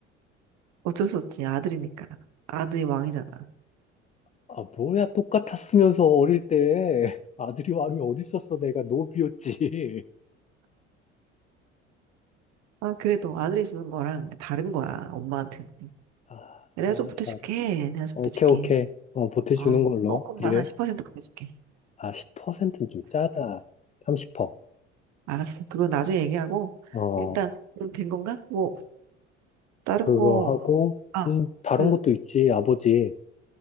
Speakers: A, on the right (about 50°); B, on the left (about 20°).
A: 어쩔 수 없지. 아들이니까. 아들이 왕이잖아.
B: 아, 뭐야, 똑같았으면서 어릴 때. 아들이 왕이 어디 있었어? 내가 노비였지.
A: 아, 그래도
B: 어?
A: 아들이 주는 거랑 다른 거야. 엄마한테는.
B: 아,
A: 내가
B: 알았어,
A: 좀 보태줄게.
B: 알았어.
A: 내가 좀
B: 오케이,
A: 보태줄게.
B: 오케이. 어, 보태주는
A: 아,
B: 걸로.
A: 조금만
B: 딜.
A: 한 10% 보태줄게.
B: 아, 10%는 좀 짜다. 30%.
A: 알았어. 그건 나중에 얘기하고.
B: 어,
A: 일단, 그럼 된 건가? 뭐, 다른
B: 그거
A: 거,
B: 하고,
A: 아,
B: 음, 다른
A: 그,
B: 것도 있지, 아버지.